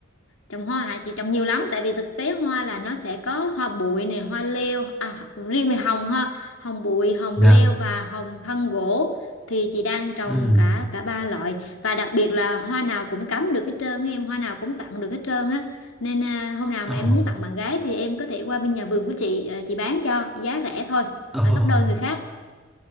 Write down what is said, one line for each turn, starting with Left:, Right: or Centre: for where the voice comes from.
Left: trồng hoa hả chị trồng nhiều lắm tại vì thực tế hoa là nó sẽ có hoa bụi này hoa leo à riêng về hồng ha hồng bụi hồng
Centre: Dạ.
Left: leo và hồng thân gỗ thì chị đang trồng
Centre: Ừ.
Left: cả cả ba loại và đặc biệt là hoa nào cũng cắm được hết trơn á em hoa nào cũng tặng được hết trơn á nên à, hôm nào
Centre: Ờ.
Left: mà em muốn tặng bạn gái thì em có thể qua bên nhà vườn của chị à, chị bán cho giá rẻ thôi
Centre: Ờ.
Left: à, gấp đôi người khác